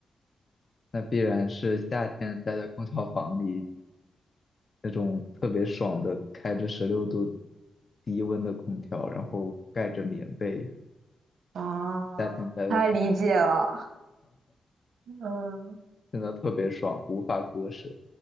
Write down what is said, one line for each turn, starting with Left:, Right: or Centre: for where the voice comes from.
Left: 那必然是夏天待在空调房里那种特别爽的，开着十六度低温的空调，然后盖着棉被，
Right: 啊，
Left: 夏天待在空调。
Right: 太理解了。嗯，
Left: 真的特别爽，无法割舍。